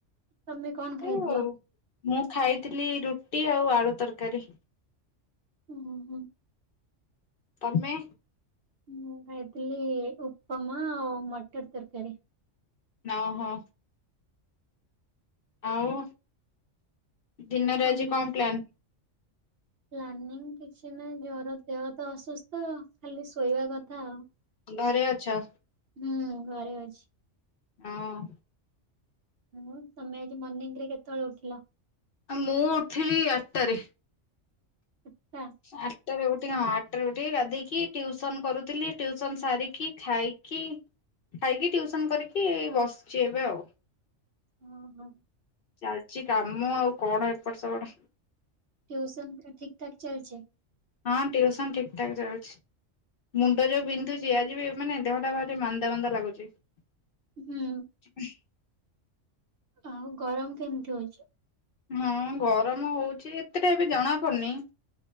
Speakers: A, on the right; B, on the left.
A: ତମେ କଣ ଖାଇଥିଲ?
B: ଏ ମୁଁ ଖାଇଥିଲି ରୁଟି ଆଉ ଆଳୁ ତରକାରୀ।
A: ଉହୁଁ।
B: ତମେ?
A: ମୁଁ ଖାଇଥିଲି ଉପମା ଆଉ ମଟର୍ ତରକାରୀ।
B: ନହୋ। ଆଉ ଦିନରେ
A: ତମେ
B: ଆଜି କଣ ପ୍ଲାନ?
A: ପ୍ଲାନିଂ କିଛି ନାହି ଜର ଦେହ ତ ଅସୁସ୍ଥ ଖାଲି ଶୋଇବା କଥା ଆଉ।
B: ଘରେ ଅଛ?
A: ହୁଁ ଘରେ ଅଛି।
B: ଅଁ
A: ହୁଁ, ତମେ ଆଜି ମର୍ଣ୍ଣିଂ ରେ କେତଳେ ଉଠିଲ?
B: ମୁଁ ଉଠିଲି ଆଠଟାରେ।
A: <unintelligible> ଟା।
B: ଆଠଟାରେ ଉଠିକି ହଁ ଆଠଟାରେ ଉଠିକି ଗାଧେଇ କି ଟିଉସନ କରୁଥିଲି। ଟିଉସନ ସାରିକି ଖାଇ କି, ଖାଇକି ଟ୍ୟୁସନ କରିକି ଏଇ ବସିଛି ଏବେ ଆଉ।
A: ଓହୋ।
B: ଚାଲିଛି କାମ ଆଉ କଣ ଏପଟ ସେପଟ
A: ଟ୍ୟୁସନ୍ ପୁରା ଠିକ୍ ଠାକ୍ ଚାଲିଛି।
B: ହଁ, ଟ୍ୟୁସନ ଠିକ୍ ଠାକ୍ ଚାଲିଛି। ମୁଣ୍ଡ ଯୋଉ ବିନ୍ଧୁଚି ଆଜି ବି ମାନେ ଦେହଟା ଭାରି ମାନ୍ଦା ମାନ୍ଦା ଲାଗୁଛି। <inaudible>
A: ହୁଁ ଆଉ ଗରମ କେମିତି ହଉଚି?
B: ହଁ ଗରମ ହଉଛି ଏତେଟା ଏବେ ଜଣା ପଡିନେଇଁ।